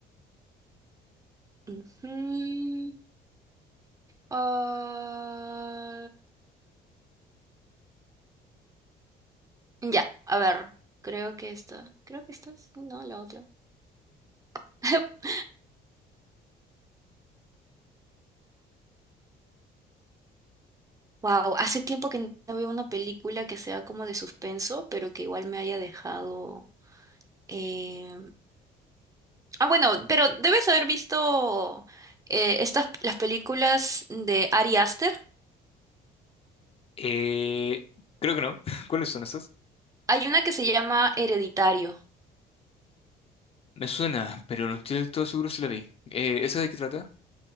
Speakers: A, on the right; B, on the left.
A: ujú, ah, Ya, a ver. Creo que esta. Creo que esta. es- No, la otra. <laughs> Wow, hace tiempo que no veo una película que sea como de suspenso, pero que igual me haya dejado. eh, Ah, bueno, pero debes haber visto eh, estas las películas de Ari Aster.
B: Eh, creo que no. <laughs> ¿Cuáles son esas?
A: Hay una que se llama Hereditario.
B: Me suena, pero no estoy del todo seguro si la vi. Eh, ¿esa de qué trata?